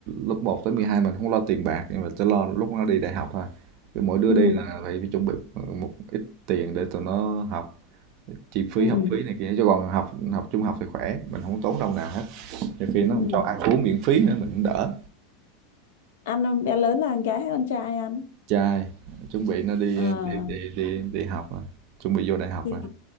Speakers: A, on the right; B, on the left.
A: lớp một tới 12 mình không lo tiền bạc nhưng mà chỉ lo lúc nó đi đại học thôi cứ mỗi đứa
B: ừ
A: đi là phải, phải chuẩn bị một ít tiền để tụi nó học chi phí
B: ừ
A: học phí này kia chứ còn học học trung học thì khỏe mình không tốn đồng nào hết nhiều khi nó
B: ừ
A: không cho ăn uống miễn phí nữa mình cũng đỡ
B: ăn không? bé lớn là con gái hay con trai ăn
A: Trai, chuẩn bị nó đi
B: à,
A: đi đi đi, đi học à, chuẩn bị vô đại học
B: thì
A: à.